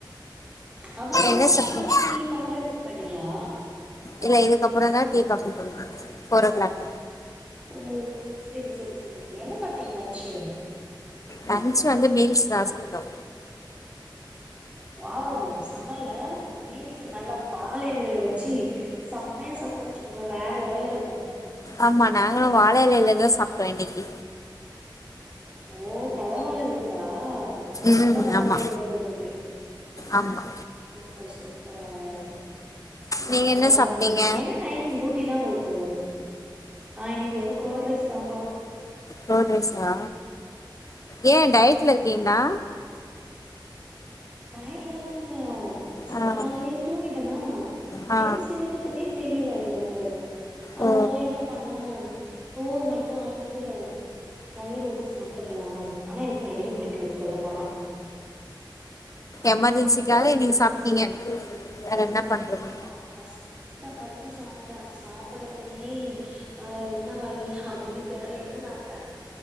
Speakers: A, on the right (about 15°); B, on the left (about 40°).
A: அப்பற
B: என்ன சாப்டீங்க
A: ஈவினிங் டீ காஃபிலா குடிக்க மாட்டிங்களா
B: இல்ல இதுக்கப்றந் தா டீ காஃபி குடிப்பாங்க ஃபோர் ஓ க்ளாக்
A: ஓ செரி செரி செரி செரி என்ன சாப்டீங்க லன்ச்சு
B: லன்ச் வந்து மீல்ஸ் தா சாப்டோ
A: வாவ் செம்மல்ல மீல்ஸு நல்ல வாழ இலைகள வச்சி சம்மையா சாப்டன் வச்சுகோங்ளே வேற லெவல்ல இருக்கு
B: ஆமா நாங்களு வாழ எலைல தா சாப்டோ இன்னக்கி
A: ஓ தலவாழ விருந்தா
B: ம்
A: தலவாழ
B: ஆமா
A: எலெ விருந்து
B: ஆமா
A: சூப்பர் சூப்பர் அப்றோ
B: நீங்க என்ன சாப்பிட்டீங்க
A: என்ன டைமிங்‌ டூ ட்டிலா உங்களுக்கு நா இன்னக்கி வெறு கர்ட் ரைஸ் தாம்ப்பா
B: கர்ட் ரைஸா ஏ டயட்ல இருக்கீங்ளா
A: ஆமா டயட்லல்லா இல்ல
B: ஆ,
A: காலேல தூங்கிட்டெனா
B: ஆ,
A: என்ன செய்றதுனே தெரியல எனக்கு அதுனால
B: ஓ
A: என்ன பண்ணே சோறு மட்டு ஆக்கிட்டு தயிர ஊத்தி சாப் டுக்கலா ஆனா எனக்கு தயிரே புடிக்காது சொல்ல போனா
B: எமர்ஜென்சிக்காக நீங்க சாப்டீங்க வேற என்ன பண்றது
A: ஆமா கஷ் டப்பட்டு சாப்ட்டே சாப்பிடணுமே வேற என்ன வழி அப்டின்னு தெரலன்னு சாப்ட்டே